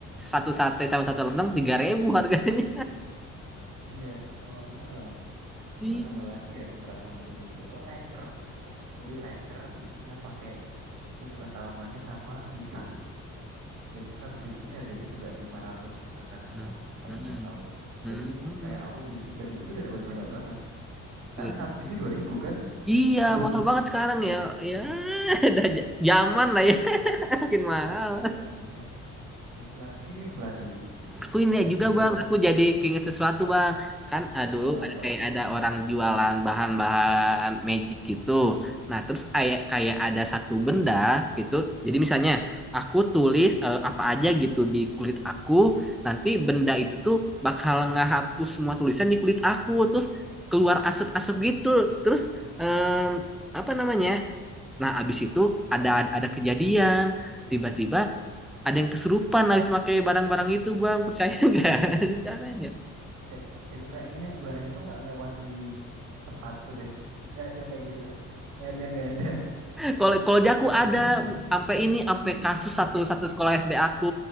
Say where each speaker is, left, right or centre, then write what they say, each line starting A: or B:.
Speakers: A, in the centre; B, on the right (about 80°).
A: satu sate sama satu lontong 3000 harganya.
B: Iya, oh, bener banget.
A: Iya.
B: Terus apa lagi yang murah banget tuh dulu tuh? Oh, leker. Jadi leker isinya pakai susu kental manis sama pisang. Itu satu bijinya harganya juga 500-an
A: Hmm.
B: lah kalau
A: Hmm.
B: nggak salah.
A: Hmm.
B: Jadi
A: Hmm.
B: kayak aku beli 3000 tuh udah dapat banyak banget. Sekarang
A: 3.000.
B: satu biji 2000 kan?
A: Iya,
B: Aduh,
A: mahal banget sekarang ya. Ya, <laughs> udah j- zaman lah ya, <laughs> makin mahal.
B: ya namanya inflasi, inflasi.
A: Aku ini
B: Sebel
A: juga bang,
B: banget
A: aku jadi keinget sesuatu bang. Kan eh, dulu
B: apa-apa.
A: ada kayak ada orang jualan bahan-bahan magic gitu. Nah terus kayak kayak ada satu benda gitu. Jadi misalnya aku tulis eh, apa aja gitu di kulit aku, nanti benda itu tuh bakal ngehapus semua tulisan di kulit aku. Terus keluar asap-asap gitu. Terus em, apa namanya? Nah abis itu ada ada kejadian. Tiba-tiba ada yang kesurupan habis pakai barang-barang itu bang percaya nggak <laughs> caranya
B: Se- itu kayaknya barang itu nggak lewat di tempatku deh. Nggak ada kayak gitu. Nggak ada, nggak ada.
A: kalau kalau di aku ada sampai ini sampai kasus satu satu sekolah SD aku